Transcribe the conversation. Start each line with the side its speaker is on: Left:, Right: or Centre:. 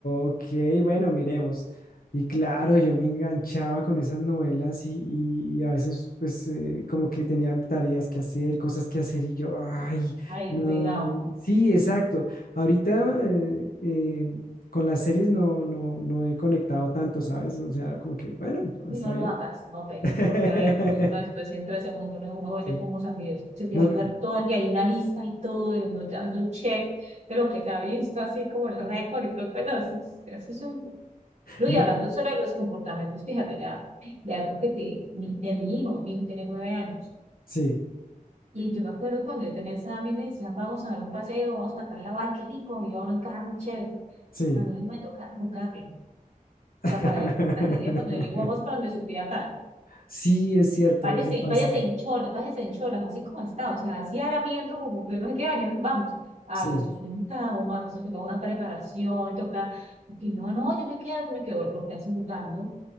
Left: ok, bueno, miremos. Y claro, yo me enganchaba con esas novelas y, y- y a veces pues eh, como que tenía tareas que hacer, cosas que hacer y yo, ay,
Right: ahí
Left: no,
Right: pegado.
Left: sí, exacto. Ahorita eh, eh, con las series no, no, no he conectado tanto, ¿sabes?
Right: Ajá.
Left: O sea, como que, bueno,
Right: Y
Left: está
Right: no
Left: bien.
Right: lo hagas, no pegues,
Left: <laughs>
Right: porque ahí no, si uno después entra a ese mundo, uno, dice, uno oye
Left: Sí.
Right: cómo salir, se tiene
Left: No,
Right: que ver todo, y hay una lista y todo, y uno hace un check de lo que se ha visto, así como el récord y todo, pero eso es, eso es un... No,
Left: no,
Right: y hablando solo de los comportamientos, fíjate, ya, de algo que te, mi- de mi hijo, mi hijo tiene nueve años,
Left: sí,
Right: y yo me acuerdo cuando yo tenía examen, me decían, vamos a dar un paseo, vamos a tal la ay, qué rico, y yo en el carro, chévere,
Left: sí.
Right: a mí me toca rogarle, o
Left: <laughs>
Right: sea, para ver una tragedia, cuando yo le digo, vamos para donde su tía tal,
Left: Sí, es cierto,
Right: váyase,
Left: eso pasa.
Right: váyase en cholas, váyase en cholas, así como está, o sea, así harapiento, como que no sé qué años, vamos. Ay,
Left: Sí.
Right: eso es un trauma, eso toca una preparación, toca, porque no, no, yo me quedo, yo me quedo, porque así jugando.